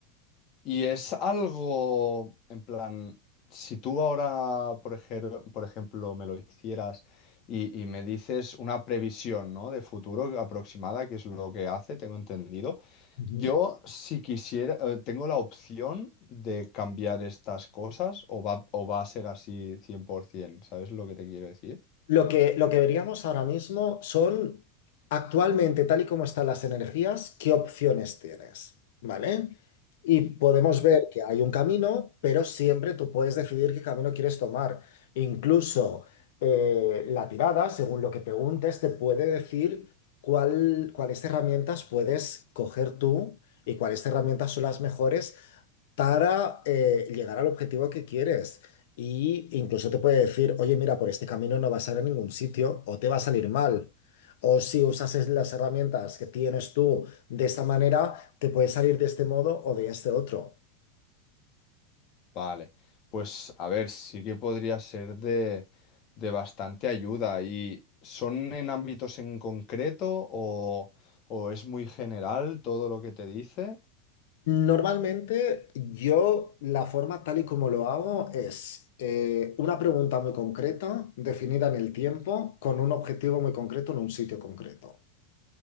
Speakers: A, on the left; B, on the left.
A: Y es algo, en plan, si tú ahora, por ejemplo, por ejemplo, me lo hicieras y, y me dices una previsión, ¿no? de futuro aproximada, que es lo que hace, tengo entendido.
B: Ujú.
A: Yo, si quisiera, eh, tengo la opción de cambiar estas cosas o va, o va a ser así 100%, ¿sabes lo que te quiero decir?
B: Lo que, lo que veríamos ahora mismo son, actualmente, tal y como están las energías, qué opciones tienes, ¿vale? Y podemos ver que hay un camino, pero siempre tú puedes decidir qué camino quieres tomar. Incluso eh, la tirada, según lo que preguntes, te puede decir cuál, cuáles herramientas puedes coger tú y cuáles herramientas son las mejores para eh, llegar al objetivo que quieres. Y incluso te puede decir, oye, mira, por este camino no vas a ir a ningún sitio o te va a salir mal. O si usas es- las herramientas que tienes tú de esta manera, te puedes salir de este modo o de este otro.
A: Vale, pues a ver, sí que podría ser de, de bastante ayuda. ¿Y son en ámbitos en concreto o, o es muy general todo lo que te dice?
B: Normalmente yo la forma tal y como lo hago es eh, una pregunta muy concreta, definida en el tiempo, con un objetivo muy concreto en un sitio concreto,